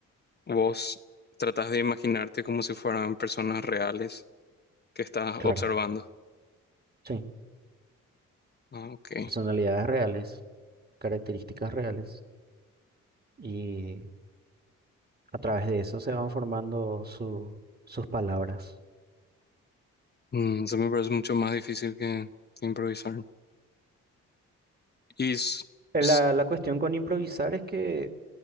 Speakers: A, on the left; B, on the right.
A: vos tratás de imaginarte como si fueran personas reales que estás
B: Claro.
A: observando.
B: Sí,
A: Ah, ok.
B: personalidades reales, características reales, y a través de eso se van formando su- sus palabras.
A: Mm, eso me parece mucho más difícil que, que improvisar. ¿Y s-
B: Eh,
A: s-
B: La, la cuestión con improvisar es que